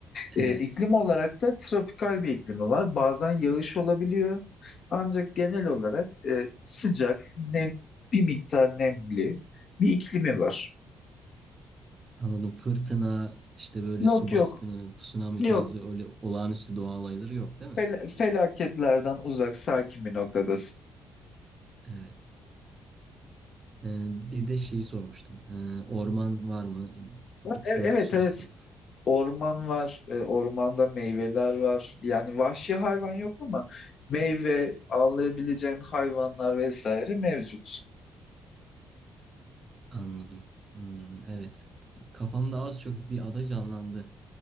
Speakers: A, on the right (about 35°); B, on the left (about 55°).
A: Evet.
B: E, iklim olarak da tropikal bir iklimi var. Bazen yağış olabiliyor. Ancak genel olarak e, sıcak, nem, bir miktar nemli bir iklimi var.
A: Anladım. Fırtına, işte böyle
B: Yok
A: su
B: yok.
A: baskını, tsunami
B: Yok.
A: tarzı öyle olağanüstü doğa olayları yok değil mi?
B: Fel- felaketlerden uzak, sakin bir noktadasın.
A: Evet. Ee, bir de şeyi sormuştum. Ee, orman var mı?
B: Ha,
A: Bitki
B: e- Evet
A: örtüsü
B: evet.
A: nasıl?
B: Orman var, e, ormanda meyveler var. Yani vahşi hayvan yok ama meyve, avlayabileceğin hayvanlar vesaire mevcut.
A: Anladım. Hmm, evet. Kafamda az çok bir ada canlandı.